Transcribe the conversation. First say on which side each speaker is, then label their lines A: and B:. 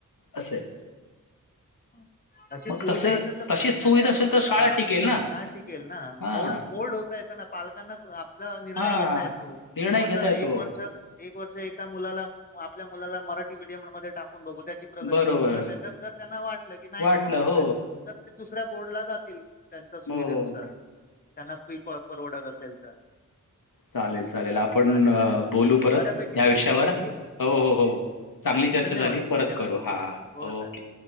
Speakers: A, on the left; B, on the left.
A: असंय.
B: अं. अशी
A: मग
B: सुविधा
A: तसे
B: असेल तर प्रत्येकाने
A: तशीच सुविधा असेल तर शाळा
B: हा
A: टिकेल ना
B: शाळा टिकेल ना. <unintelligible>
A: हां
B: य ना पालकांना आपला निर्णय
A: हां.
B: घेता येतो कि
A: निर्णय
B: ब
A: घेता
B: चला
A: येतो
B: एक वर्ष एक वर्ष एका मुलाला आपल्या मुलाला मराठी मिडियम मध्ये टाकून बघू त्याची प्रगती
A: बरोबर
B: बघू तर त्याच्यात जर त्यांना वाटलं की नाही
A: वाटलं
B: बाबा होत
A: हो
B: हाय तर ते दुसऱ्या बोर्डला जातील त्यांच्या
A: हो.
B: सुविधेनुसार. त्यांना फी प परवडत असेल तर.
A: चालेल चालेल. आपण
B: चालेल
A: बोलू परत
B: बऱ्यापैकी
A: या
B: चर्चा
A: विषयावर
B: केली
A: हो. हो, हो. चांगली
B: चालेल
A: चर्चा
B: धन्यवाद
A: झाली परत
B: धन्यवाद
A: करू हा.
B: हो
A: ओके.
B: चालेल